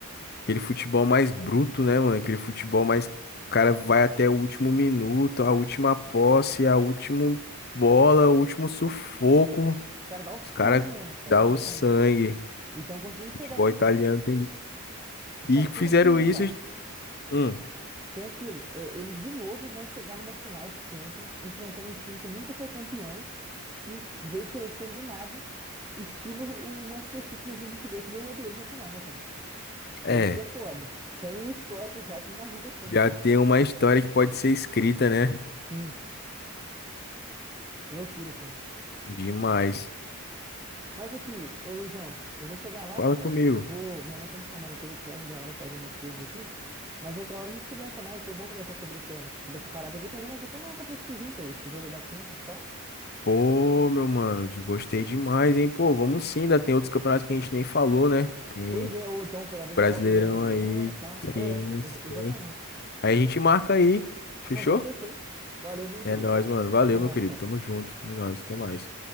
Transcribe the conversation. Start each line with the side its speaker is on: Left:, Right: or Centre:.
Left: Aquele futebol mais bruto, né, mano? Aquele futebol mais. O cara vai até o último minuto, a última posse, a última bola, o último sufoco.
Right: Os caras dão o sangue
Left: Os caras
Right: mesmo, os caras
Left: dão
Right: dão o sangue.
Left: o sangue.
Right: E estão conseguindo
Left: Futebol
Right: chegar, porque.
Left: italiano tem de...
Right: Só
Left: E
Right: que
Left: fizeram
Right: tem aquilo, né,
Left: isso.
Right: cara?
Left: Hum,
Right: Tem aquilo. É, eles de novo vão chegar numa final de Champions, enfrentando um time que nunca foi campeão, que veio crescendo do nada, estilo o Manchester City 2022, que ganhou deles na final, né, cara? É
Left: é.
Right: isso que é foda. Tem um histórico já que não ajuda tanto,
Left: Já
Right: né?
Left: tem uma história que pode ser escrita, né?
Right: Sim, loucura, cara.
Left: Demais.
Right: Mas aqui, ô Luizão, eu vou chegar lá,
Left: Fala
Right: cara.
Left: comigo.
Right: Eu vou. Minha mãe tá me chamando aqui, eu vou precisar ajudar ela a fazer umas coisas aqui. Mas outra hora a gente conversa mais. Foi bom conversar sobre essa, sobre essa parada. E dependendo, você até marca pra assistir junto aí, esse jogo aí da Champions e tal.
Left: Pô, meu mano, de- gostei demais, hein? Pô, vamos sim, ainda tem outros campeonatos que a gente nem falou, né? Tem
Right: Pois é, ou então, talvez
Left: Brasileirão
Right: o próprio jogo de amanhã
Left: aí,
Right: e tal.
Left: sim,
Right: É, ex-
Left: sim.
Right: exatamente.
Left: Aí a gente marca aí, fechou?
Right: Não, então fechou. Valeu, viu, querido?
Left: É nóis, mano. Valeu,
Right: Até mais,
Left: meu querido.
Right: cara.
Left: Tamo junto. É nóis, até mais.